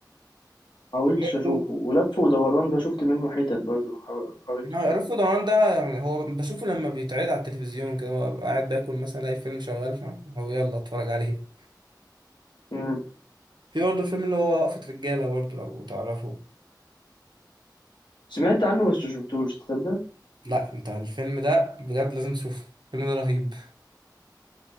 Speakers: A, on the left; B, on the right.
A: حاولتش
B: برضه
A: اشوفه ولف ودوران ده شفت منه حتت برضه ما حاول- ما حاولتش
B: رأس
A: أ...
B: ضمان ده هو بشوفه لما بيتعرض على التلفزيون كده هو قاعد باكل مثلا الاقي الفيلم شغال فهو يلا اتفرج عليه
A: مم.
B: في برضه الفيلم اللي هو وقفة رجالة برضه لو تعرفه
A: سمعت عنه بس مشفتوش تصدق
B: لا انت الفيلم ده بجد لازم تشوفه الفيلم ده رهيب